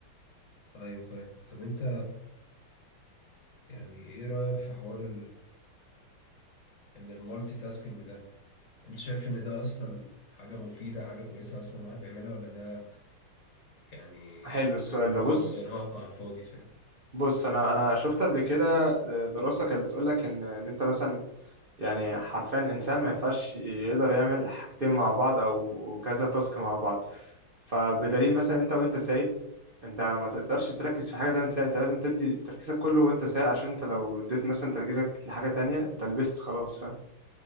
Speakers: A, on the left (about 45°); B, on the right (about 85°).
A: ايوه فاهم طب انت يعني ايه رأيك في حوار ان المالتي تاسكينج ده انت شايف ان ده اصلا حاجة مفيدة حاجة كويسة اصلا الواحد بيعملها ولا ده يعني
B: حلو السؤال ده
A: ارهاق
B: بص
A: ارهاق على الفاضي فاهم
B: بص انا انا شفت قبل كده آه، دراسة كانت بتقول لك ان ان انت مثلا يعني حرفيا الإنسان ما ينفعش يقدر يعمل حاجتين مع بعض أو كذا تاسك مع بعض فبدليل مثلا أنت وأنت سايق أنت ما تقدرش تركز في حاجة تانية سايق أنت لازم تدي تركيزك كله وأنت سايق عشان أنت لو اديت مثلا تركيزك لحاجة تانية أنت لبست خلاص فاهم